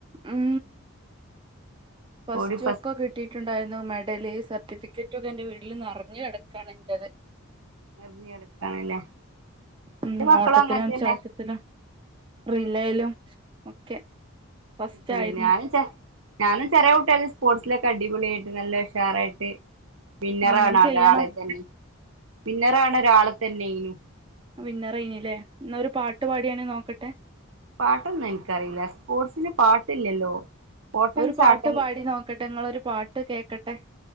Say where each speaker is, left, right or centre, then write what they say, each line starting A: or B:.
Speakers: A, on the right; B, on the right.
A: ഉം ഫസ്റ്റൊക്കെ
B: ഓടി ഫസ്റ്റ്
A: കിട്ടി ട്ടുണ്ടായിരുന്നു മെഡല് സർട്ടിഫിക്കറ്റൊക്കെ എന്റെ വീട്ടില് നറഞ്ഞു കടക്കാണ് എൻറത്
B: എറിഞ്ഞെടുക്കാണല്ലേ
A: ഉം
B: എന്റെ മക്കളും
A: ഓട്ടത്തിലും
B: അങ്ങനെ തന്നെ
A: ചാട്ടത്തിലും റിലേലും ഒക്കെ ഫസ്റ്റ്
B: <unintelligible>
A: ആയിരുന്നു
B: ഞാനൊക്കെ ഞാനും ചെറിയ കുട്ട്ടിയായപ്പോ സ്പോർട്സിലൊക്കെ അടിപൊളിയായിട്ട് നല്ല ഉഷാറായിട്ട് വിന്നറാണെ
A: ആ അങ്ങനെ
B: അത്‌
A: ചെയ്യണം
B: അളെ തന്നെ വിന്നറാണ് രാളെ തന്നെനു
A: വിന്നറെയ്നി ല്ലേ എന്നാ ഒരു പാട്ട് പാടിയാണി നോക്കട്ടെ
B: പാട്ടൊന്നും ഇനിക്കറിയില്ല സ്പോർട്സിന് പാട്ടില്ലല്ലോ ഓട്ടം
A: ഒരു
B: ചാട്ടം
A: പാട്ട് പാടി നോക്കട്ടെ നിങ്ങളൊരു പാട്ട് കേക്കട്ടെ